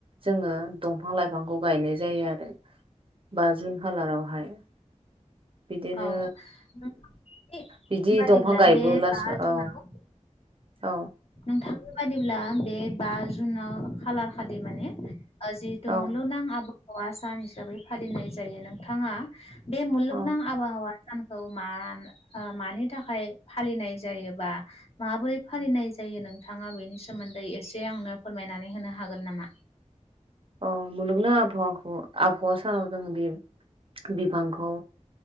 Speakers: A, on the right; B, on the left.
A: जोङो दंफां लाइफांखौ गायनाय जायो आरो बा जुन खालारावहाय बिदिनो
B: औ नोंथांनि
A: बिदि
B: बादिब्ला
A: दंफां गायबोलासो
B: बे बा जुनाव
A: औ औ
B: नोंथांनि बादिब्ला बे बा जुनाव खालार खालि माने ओ जिहतु
A: औ
B: मुलुगनां आब हावा सान हिसाबै फालिनाय जायो नोंथाङा बे मलुगनां
A: औ
B: आबहावा सानखौ मा ओ मानि थाखाय फालिनाय जायोबा माबोरै फालिनाय जायो नोंथाङा बेनि सोमोन्दै एसे आंनो फोरमायनानै होनो हागोन नामा?
A: अ मलुगनां आबहावाखौ आबहावा सानाव जों बे बिफांखौ